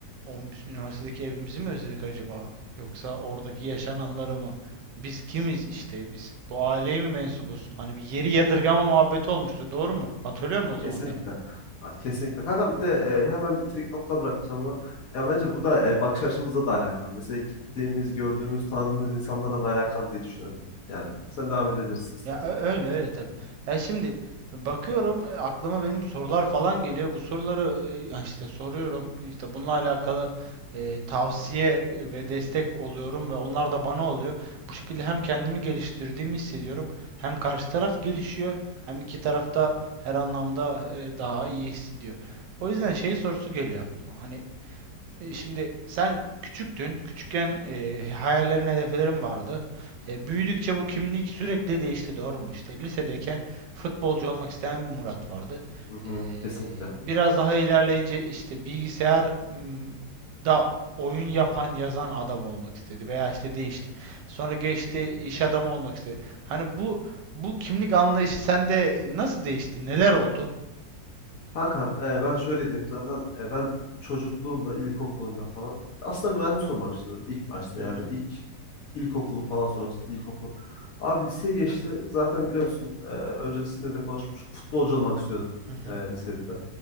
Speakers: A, on the right; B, on the left.
A: Oğlum biz üniversitedeki evimizi mi özledik acaba? Yoksa oradaki yaşananları mı? Biz kimiz işte biz? Bu aileye mi mensubuz? Hani bir yeri yadırgama muhabbeti olmuştu, doğru mu? Hatırlıyor musun o zamanları?
B: Kesinlikle. Ay, Kesinlikle. Kankam bir de e, hemen bir trik nokta bırakacağım ama ya bence bu da e, bakış açımızla da alakalı. Mesela gittiğimiz, gördüğümüz, tanıdığımız insanlarla da alakalı diye düşünüyorum. Yani sen devam edebilirsin istersen.
A: Ya ö- öyle öyle tabii. Ya şimdi e, bakıyorum e, aklıma benim sorular falan geliyor. Bu soruları e, ya işte soruyorum. İşte bununla alakalı e, tavsiye e, ve destek oluyorum ve onlar da bana oluyor. Bu şekilde hem kendimi geliştirdiğimi hissediyorum, hem karşı taraf gelişiyor, hem iki taraf da her anlamda e, daha iyi hissediyor. O yüzden şey sorusu geliyor aklıma. Hani e, Şimdi sen küçüktün. Küçükken e, hayallerin, hedeflerin vardı. E, büyüdükçe bu kimlik sürekli değişti, doğru mu? İşte lisedeyken futbolcu olmak isteyen bir Murat vardı.
B: Hı hı,
A: E,
B: kesinlikle.
A: biraz daha ilerleyince işte bilgisayar m, da oyun yapan, yazan adam olmak istedi veya işte değişti. Sonra geçti iş adamı olmak istedi. Hani bu bu kimlik anlayışı sende e, nasıl değişti? Neler oldu?
B: Kankam e, ben şöyle diyeyim zaten e, ben çocukluğumda, ilkokulumda falan aslında mühendis olmak istiyordum ilk başta
A: Hı
B: yani
A: hı,
B: ilk ilkokulu falan sonrasında ilkokulu. Abi liseye geçti zaten biliyorsun e, öncesinde de konuşmuştuk futbolcu olmak istiyordum
A: hı hı,
B: e, lisede de.